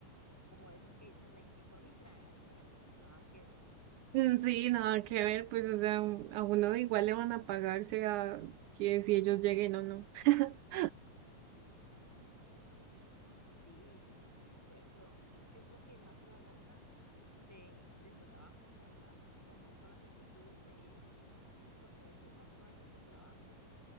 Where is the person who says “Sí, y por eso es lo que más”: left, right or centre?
Centre